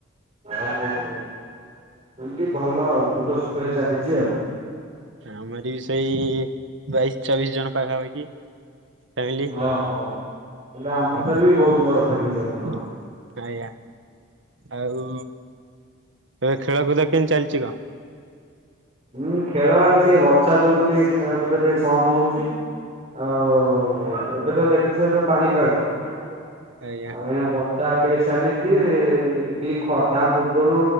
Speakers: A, on the right; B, on the right.
A: ଆ ଏମତି ଭଲ ଦୁଃଖ ସୁଖରେ ଚାଲିଛି ଆଉ।
B: ଆମର ବି ସେଇ ବାଇଶି୍ ଚବିଶ୍ ଜଣ ପାଖାପାଖି। ଫ୍ୟାମିଲି
A: ଓହୋ ହେଲେ ଆମଠାରୁ
B: ହ।
A: ବି ବହୁତ ବଡ ଫ୍ୟାମିଲି
B: <inaudible>
A: ଆପଣଙ୍କର
B: ଆଜ୍ଞା ଆଉ ଏବେ ଖେଳକୁୁଦ କେମିତି ଚାଲିଛି କଣ?
A: ହୁଁ ଖେଳ ଏବେ ଟିକେ ବର୍ଷା ଯୋଗୁ ଟିକେ ଖେଳକୁୁଦ ଟିକେ କମ୍ ହଉଛି। ଆଉ ଏବେ ତ ଦେଖିଥିବେ ଯୋଉ ପାଣିପାଗ ଆଉ
B: ଆଜ୍ଞା
A: ଏ। ତା ଟିକେ ଚାଲିଛି ଟିକେ ତା ପୂର୍ବରୁ